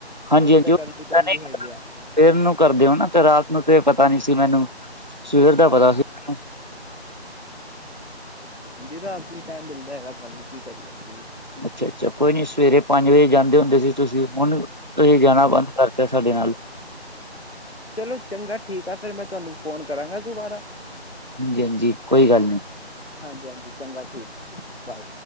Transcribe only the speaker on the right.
ਹਾਂਜੀ-ਹਾਂਜੀ
ਉਹ ਪਤਾ
ਨੀ
ਸਵੇਰ ਨੂੰ ਕਰਦੇ ਔ ਨਾ ਤੇ ਰਾਤ ਨੂੰ ਤੇ ਪਤਾ ਨੀ ਸੀ ਮੈਨੂੰ ਸਵੇਰ ਦਾ
ਪਤਾ ਸੀ। ਮੈਨੂੰ।
ਅੱਛਾ ਅੱਛਾ ਕੋਈ ਨੀ ਸਵੇਰੇ ਪੰਜ ਵਜੇ ਜਾਂਦੇ ਹੁੰਦੇ ਸੀ ਤੁਸੀਂ ਹੁਣ ਤੁਸੀਂ ਜਾਣਾ
ਬੰਦ ਕਰਤਾ ਸਾਡੇ ਨਾਲ
ਹਾਂਜੀ ਹਾਂਜੀ ਕੋਈ ਗੱਲ ਨਹੀਂ-